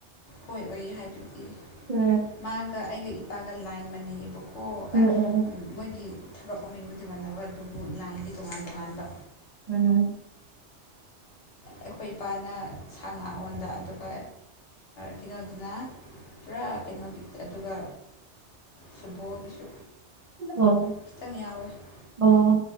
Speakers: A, on the left (about 70°); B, on the right (about 55°).
A: ꯍꯣꯏ ꯑꯣꯏꯌꯦ ꯍꯥꯏꯗꯨꯗꯤ
B: ꯎꯝ
A: ꯃꯥꯒ ꯑꯩꯒ ꯏꯄꯥꯒ ꯂꯥꯏꯟ ꯃꯥꯟꯅꯩꯌꯦꯕꯀꯣ
B: ꯎꯝ
A: ꯑꯦ
B: ꯎꯝ
A: ꯃꯣꯏꯒꯤ ꯊꯕꯛ ꯃꯃꯤꯡꯕꯨꯗꯤ ꯃꯟꯅꯕ ꯑꯗꯨꯕꯨ ꯂꯥꯏꯟꯗꯤ ꯇꯣꯉꯥꯟ ꯇꯣꯉꯥꯟꯕ
B: ꯎꯝꯝ
A: ꯑꯩꯈꯣꯏ ꯏꯄꯥꯅ ꯁꯥ ꯉꯥꯉꯣꯟꯗ ꯑꯗꯨꯒ ꯀꯩꯅꯣꯗꯨꯅ ꯄꯨꯔꯥ ꯀꯩꯅꯣꯒꯤ ꯑꯗꯨꯒ ꯐꯨꯠꯕꯣꯜꯒꯤꯁꯨ
B: ꯑꯣ
A: <unintelligible>
B: ꯑꯣ